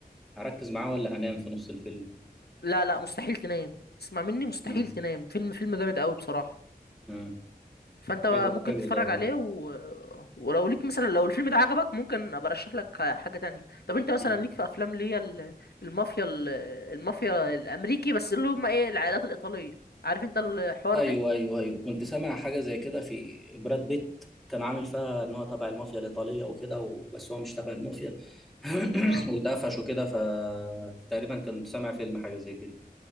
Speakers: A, in the centre; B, on the left.
A: هركز معاه ولا هنام في نص الفيلم
B: لا لا مستحيل تنام اسمع مني مستحيل
A: مم.
B: تنام فيلم فيلم جامد قوي بصراحة
A: مم.
B: فانت
A: حلو
B: ممكن
A: حلو
B: تتفرج
A: ده والله
B: عليه و... ولو ليك مثلا لو الفيلم ده عجبك ممكن ابقى ارشح لك حاجه تانية طب انت مثلا
A: مم.
B: ليك في افلام اللي هي ال- المافيا ال- المافيا الامريكي بس اللي هم ايه العائلات الايطاليه عارف انت الحوار
A: ايوه
B: ده
A: ايوه ايوه كنت سامع حاجه زي كده في براد بيت كان عامل فيها ان هو تبع المافيا الايطاليه وكده و... بس هو مش تبع المافيا <coughs> <clears throat>
B: اه
A: واتقفش وكده فتقريبا كنت سامع فيلم حاجه زي كده